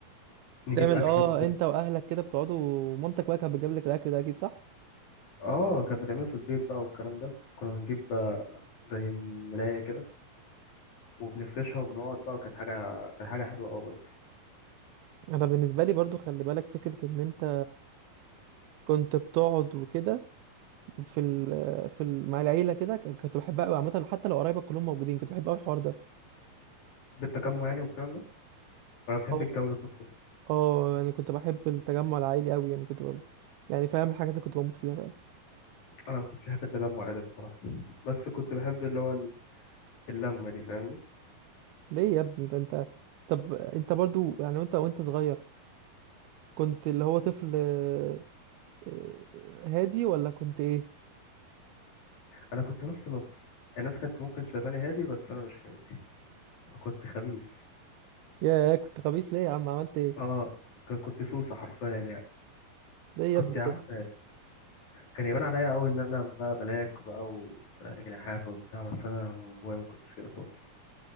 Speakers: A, on the left (about 55°); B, on the right (about 85°).
A: نجيب
B: تعمل
A: أكل
B: اه
A: وكده
B: انت واهلك كده بتقعدوا ومامتك بقى كانت بتجيب لك الاكل ده اكيد صح
A: آه كان بتعمله في البيت بقى والكلام ده كنا بنجيب آه، زي ملاية كده وبنفرشها وبنقعد بقى وكانت حاجة كانت حاجة حلوة أوي برضه
B: انا بالنسبه لي برضو خلي بالك فكره ان انت كنت بتقعد وكده في ال في ال مع العيله كده ك- كنت بحبها قوي عامه حتى لو قرايبك كلهم موجودين كنت بحب قوي الحوار
A: بتحب التجمع يعني والكلام ده ولا بتحب
B: ده
A: الجو ذات نفسه؟
B: اه يعني كنت بحب التجمع العائلي قوي يعني كنت ب... يعني فاهم الحاجات اللي كنت بموت فيها فاهم
A: أنا ما كنتش بحب التجمع يعني بصراحة بس كنت بحب اللي هو ال- اللمة دي فاهمني؟
B: ليه يا ابني ده انت طب انت برضو يعني وانت وانت صغير كنت اللي هو طفل آه، آه، هادي ولا كنت ايه
A: أنا كنت نص نص الناس كانت ممكن شايفاني هادي بس أنا مش هادي كنت خبيث
B: يا كنت خبيث ليه يا عم عملت ايه
A: آه ك- كنت سوسة حرفيا يعني
B: ليه يا
A: كنت
B: ابني
A: يا
B: كده
A: عم كان يبان عليا قوي ان انا بقى ملاك بقى وطلع لي جناحات وبتاع بس انا من جوايا ما كنتش كده خالص